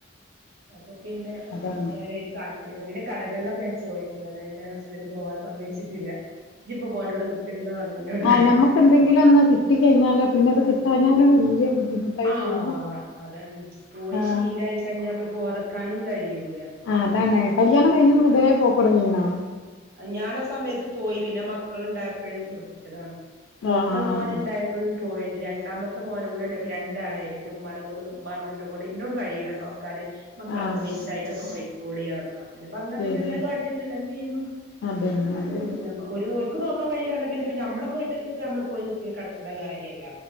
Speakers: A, on the right; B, on the left.
A: അപ്പൊ പിന്നെ
B: അതാണ്
A: കിട്ട്യാല് അയ്ല് താൽ പര്യം. <unintelligible> പിന്നെ കടകൾലൊക്കെ ഞാൻ ചോയ്ച്ചതാണ്. അത് ഇന്റെ ഹസ്ബൻൻ്റ് പോവാൻ സമ്മയിച്ചിട്ടില്ല. ഇജ്ജിപ്പൊ പോണ്ട ഇവടെ കുത്തിരുന്നോ ർഞ് ഇന്നോട്.
B: ആഹ് ഞമ്മക്ക് എന്തെങ്കിലും ഒന്ന് കിട്ടി കഴിഞ്ഞാലോ പിന്നെ അത് കിട്ടാഞ്ഞാലും വല്ല്യ ബുദ്ധിമുട്ടായി
A: ആഹ്
B: തോന്നും.
A: അതാണ്. പോയി
B: ആഹ്
A: ശീലായിക്കഴിഞ്ഞാ പ്പ പോവാതെക്കാനും കഴിയൂല.
B: ആഹ് അതാണ്. കല്യാണം കയിഞ്ഞത് മുതലേ പോകൊട്ങ്ങീണോ?
A: ഞാനാ സമയത്ത് പോയി പിന്നെ മക്കളുണ്ടായപ്പഴ് നിർത്തിയതാണ്. മൂത്ത
B: ആഹ് ആഹ്
A: മോന്
B: ആഹ്
A: ഇണ്ടായപ്പഴും. പോയിണ്ട് രണ്ടാമത്തെ മോനും കൂടെ ണ്ടായപ്പം രണ്ടാളായില്ലെ. പിന്നെ ഉമ്മാനെകൊണ്ട് ഉമ്മാ ർഞു ഇന്നെ കൊണ്ട് ഇന്നോട് കഴിയൂല്ല നോക്കാന്. മക്കളൊക്കെ
B: ആഹ്
A: വലുതായിട്ടൊക്കെ പൊയ്ക്കോളി പർണ്. അങ്ങനെ പർഞ്ഞാ
B: ശരി
A: പിന്നെ അങ്ങനെ കാട്ടെന്നെ. അല്ലാപ്പെന്തെയ്യ്ണു. <unintelligible>
B: അതന്നെ അതന്നെ
A: ഒരു ഓൽക്ക് നോകാൻ കഴിയില്ലാ പർഞ്ഞാ പിന്നെപ്പ ഞമ്മളെ വീട്ടില് ഇപ്പ നമ്മള് പോയി നിക്കല് കടക്ണ കാര്യല്ല.